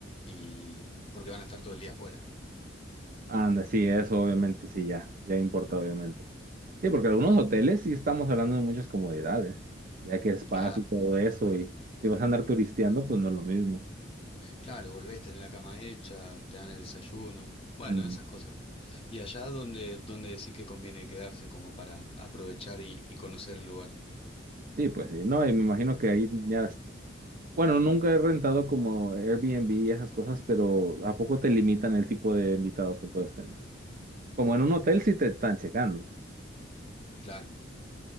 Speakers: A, on the left; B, on the right.
A: y porque van a estar todo el día afuera.
B: Anda, sí, eso obviamente sí, ya, ya importa, obviamente. Sí, porque algunos hoteles sí estamos hablando de muchas comodidades, ya que spas
A: Claro,
B: y todo eso, y si vas a andar turisteando, pues no es lo mismo.
A: claro, volvés, tenés la cama hecha, te dan el desayuno, bueno,
B: Mm.
A: esas cosas. ¿Y allá donde, donde decís que conviene quedarse como para aprovechar y, y conocer el lugar?
B: Sí, pues sí, no, y me imagino que ahí ya Bueno, nunca he rentado como Airbnb y esas cosas, pero ¿a poco te limitan el tipo de invitados que puedes tener? Como en un hotel sí te están checando.
A: Claro.